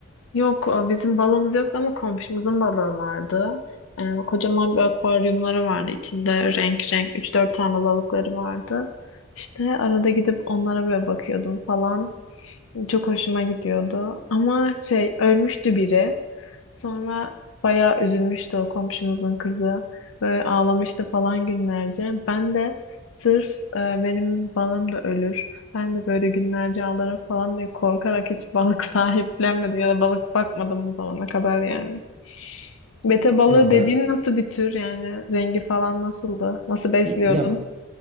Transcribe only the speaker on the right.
Ya
ben
ya